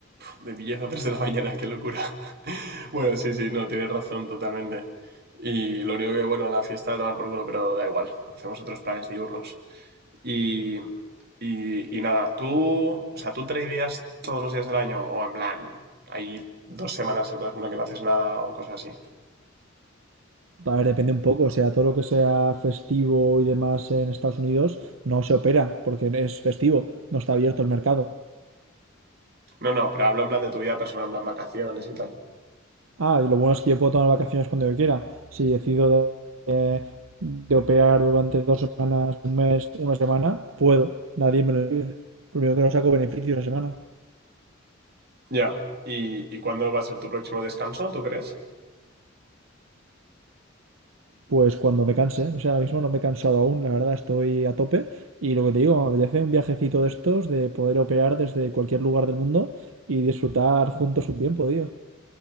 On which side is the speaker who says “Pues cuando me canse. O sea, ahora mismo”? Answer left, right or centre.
Right